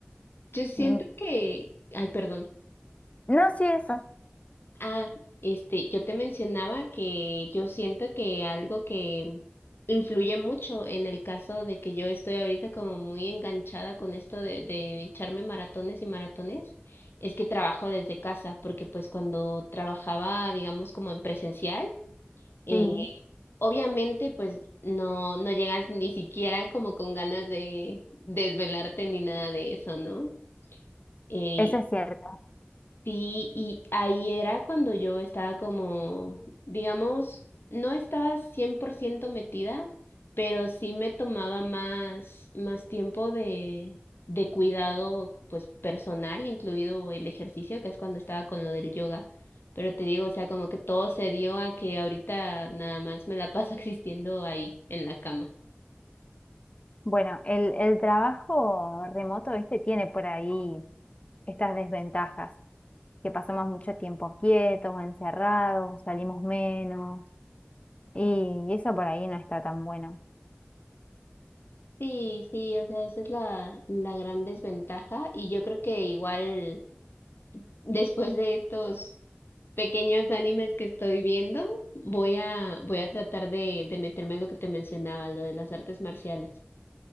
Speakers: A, on the left; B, on the left.
A: yo siento
B: Mm,
A: que, ay, perdón.
B: No, sí, eso,
A: Ah, este, yo te mencionaba que yo siento que algo que influye mucho en el caso de que yo estoy ahorita como muy enganchada con esto de, de echarme maratones y maratones, es que trabajo desde casa, porque pues cuando trabajaba, digamos, como en presencial, eh,
B: sí,
A: obviamente pues no, no llegas ni siquiera como con ganas de desvelarte ni nada de eso, ¿no? Eh,
B: eso es cierto.
A: Sí, y ahí era cuando yo estaba como, digamos, no estaba 100% metida, pero sí me tomaba más, más tiempo de, de cuidado, pues personal, incluido el ejercicio, que es cuando estaba con lo del yoga. Pero te digo, o sea, como que todo se dio a que ahorita nada más me la paso <laughs> existiendo ahí, en la cama.
B: Bueno, el, el trabajo remoto, viste, tiene por ahí estas desventajas. que pasamos mucho tiempo quietos o encerrados, salimos menos, y eso por ahí no está tan bueno.
A: Sí, sí, o sea, esa es la, la gran desventaja y yo creo que igual después de estos pequeños animes que estoy viendo, voy a, voy a tratar de, de meterme en lo que te mencionaba, lo de las artes marciales.